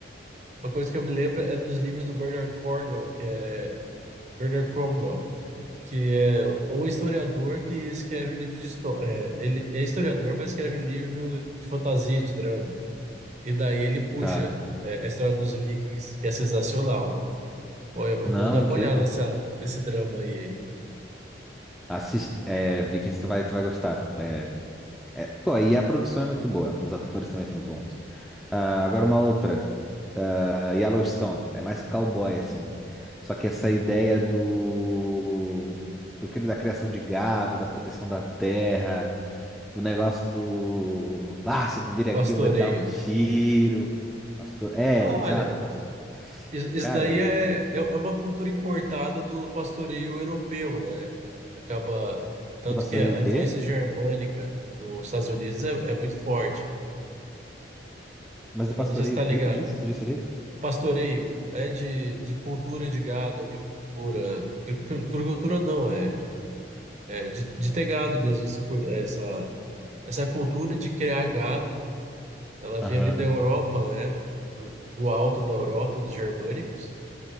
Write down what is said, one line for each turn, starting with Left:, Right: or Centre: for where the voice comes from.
Right: uma coisa que eu me lembro é dos livros do Bernard Cornwell, que é Bernard Cromwell. que é o historiador que escreve livro de história. ele é historiador, mas escreve livro de fantasia, de drama. E daí ele puxa
Centre: Tá.
Right: é, a história dos Vikings, que é sensacional. Pô, eu eu
Centre: Não,
Right: vou dar
Centre: é
Right: uma
Centre: incrível.
Right: olhada nessa, nesse drama aí,
Centre: Assis- é, Vikings, tu vai, tu vai gostar. É, é- pô, e a produção é muito boa. Os atores também são muito bons. Ah, agora uma outra. Ah, Yellowstone. É mais cowboy, assim. Só que essa ideia do, do que- da criação de gado, da proteção da terra. do negócio do. Ah, se tu vir
Right: no
Centre: aqui,
Right: pastoreio.
Centre: eu vou te dar um tiro. Pastor... É,
Right: Ah,
Centre: exato.
Right: olha,
Centre: Pastor...
Right: is- isso
Centre: Cara,
Right: daí
Centre: é...
Right: é, é é uma cultura importada do pastoreio europeu, né? Acaba. Tanto
Centre: do pastoreio
Right: que a
Centre: o quê?
Right: influência germânica nos Estados Unidos é, é muito forte.
Centre: Mas do
Right: Eu
Centre: pastoreio
Right: não sei se tá
Centre: o quê,
Right: ligado.
Centre: tu disse? Tu disse ali?
Right: Pastoreio é de, de cultura de gado, agricultura. agricu- Agricultura não, é, é de, de ter gado mesmo. esse cu- Essa, essa cultura de criar gado, ela vem
Centre: Aham.
Right: ali da Europa, né? Do, do alto da Europa, dos germânicos.